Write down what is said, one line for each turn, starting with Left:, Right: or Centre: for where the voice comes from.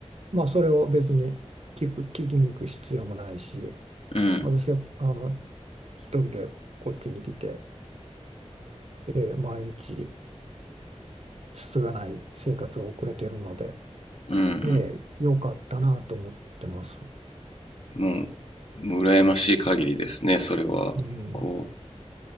Right: まあ、それを別に聞く、聞きに行く必要もないし、
Left: うん、
Right: 私はあの一人でこっちに来て、えー毎日つつがない生活を送れているので、
Left: うん、
Right: ええ、良かったなと思ってます。
Left: うん。もう、もう羨ましい限りですね、それは。
Right: うん、
Left: こ